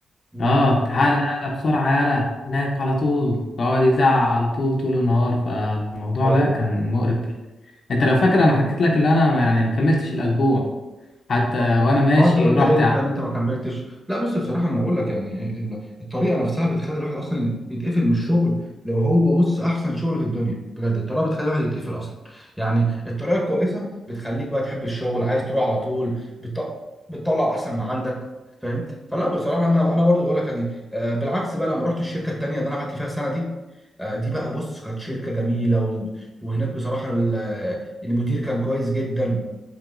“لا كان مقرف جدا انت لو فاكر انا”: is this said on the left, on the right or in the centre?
Left